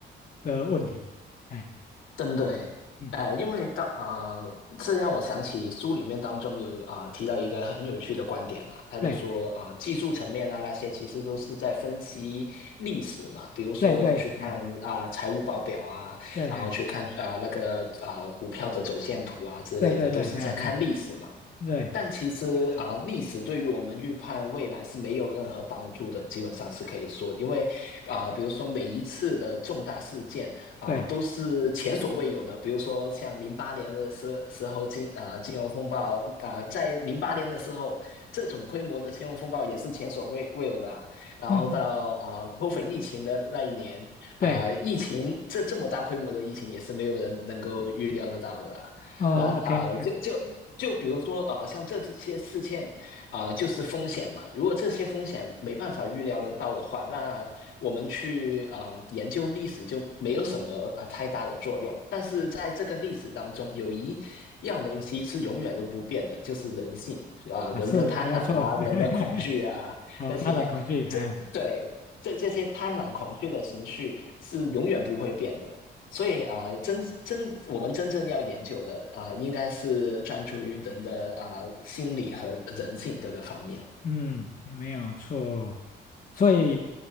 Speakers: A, on the left (about 40°); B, on the left (about 75°).
A: 的问题。哎，
B: 真的诶，
A: 嗯，
B: 呃，因为当呃，这让我想起书里面当中有啊、呃提到一个很有趣的观点啦、他就说啊、
A: 对
B: 呃技术层面啊那些其实都是在分析历史嘛，比如说去看啊、
A: 对对，哎
B: 财务报表啊，
A: 对哎
B: 然后去看啊、那个啊、股票的走线图啊之类的，
A: 对对对，
B: 都是在看历史嘛。
A: 哎哎对
B: 但其实啊，
A: 对
B: 历史对于我们预判未来是没有任何帮助的，基本上是可以说，因为啊，比如说每一次的重大事件啊，
A: 对，
B: 都是前所未有的。比如说像零八年的时时候金啊金融风暴啊，在零八年的时候，这种规模的金融风暴也是前所未未有的啊。然后到啊
A: 嗯嗯
B: COVID 疫情的那一年啊，
A: 对，
B: 疫情这这么大规模的疫情也是没有人能够预料得到的啊然啊、
A: 哦，OK，
B: 呃就就就比如说啊、呃像这这些事件啊、呃就是风险嘛。如果这些风险没办法预料得到的话，那我们去嗯、呃研究历史就没有什么啊、呃太大的作用。但是在这个历史当中，有一样东西是永远都不变的，就是人性啊、呃人的贪婪啊，
A: 啊，是没有错，<laughs>
B: 人的恐惧啊，
A: 啊，
B: 那些这对这这些贪婪恐惧的情绪是永远不会变的。
A: 他人恐惧，哎，
B: 所以啊、呃真真我们真正要研究的啊、呃应该是专注于人的啊、呃心理和人性这个方面。
A: 嗯，没有错，所以